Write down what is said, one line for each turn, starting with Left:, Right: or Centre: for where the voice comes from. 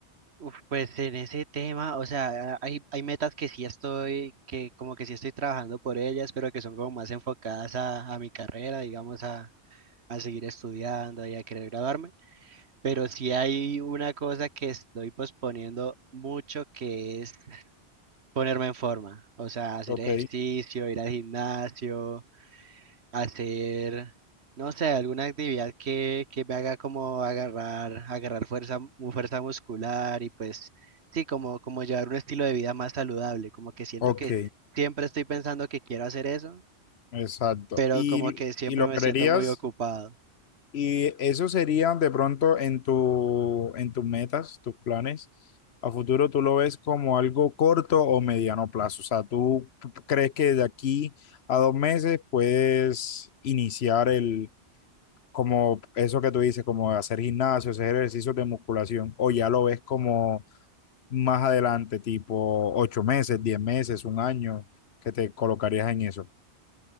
Right: Uf, pues en ese tema, o sea, hay, hay metas que sí estoy, que como que sí estoy trabajando por ellas, pero que son como más enfocadas a, a mi carrera, digamos, a, a seguir estudiando y a querer graduarme. Pero sí hay una cosa que estoy posponiendo mucho, que es ponerme en forma, o sea, hacer
Left: Ok,
Right: ejercicio, ir al gimnasio, hacer, no sé, alguna actividad que, que me haga como agarrar, agarrar fuerza, mu- fuerza muscular y pues sí, como, como llevar un estilo de vida más saludable, como que siento
Left: ok,
Right: que siempre estoy pensando que quiero hacer eso,
Left: exacto.
Right: pero
Left: Y,
Right: como que siempre
Left: y lo
Right: me
Left: creerías,
Right: siento muy ocupado.
Left: y eso sería de pronto en tu, en tus metas, tus planes. A futuro tú lo ves como algo corto o mediano plazo. O sea, tú p- crees que de aquí a dos meses puedes iniciar el, como eso que tú dices, como hacer gimnasio, hacer ejercicios de musculación, o ya lo ves como más adelante, tipo ocho meses, diez meses, un año, que te colocarías en eso.